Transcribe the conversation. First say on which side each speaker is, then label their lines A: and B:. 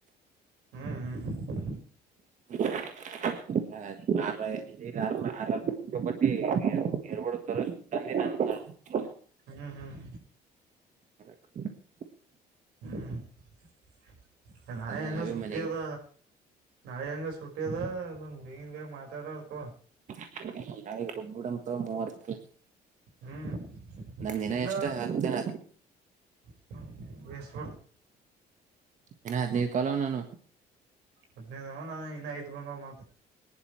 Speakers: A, on the right (about 85°); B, on the right (about 45°).
A: ಹ್ಮ್ ಹ್ಮ್
B: <unintelligible> ಆರ ಬಟ್ಟಿ ಎರ್ <unintelligible>
A: ಹ್ಮ್ ಹ್ಮ್
B: <unintelligible>
A: ಹ್ಮ್ ನಾಳಿ
B: ತಂದ
A: ಅದು
B: ನಾವೇ
A: ಸುಟ್ಟಿ
B: ಮನೆಗೆ
A: ಅದ ನಾಳೆ ಯಿಂದ ಸುಟ್ಟಿ ಅದ ಬಂದ್ ಬಂಗಿನ್ ಬೇಗ ಮಾತಾಡಾರಪ್ಪಾ
B: <unintelligible> ಮೂವತ್ತು
A: ಹ್ಮ್
B: ನಂದ ಇನ
A: ಇಲ್ಲ
B: ಎಷ್ಟ ಹತ್ತ ಎನ್
A: <unintelligible>
B: ಇನ್ನ ಹದಿನೈದು ಕಾಲ್ ಅನ್ ನನ್ನು
A: ಹದ್ನೈದು ನಾನ ಇನ್ನ ಐದ್ ಬಂದ ಮತ್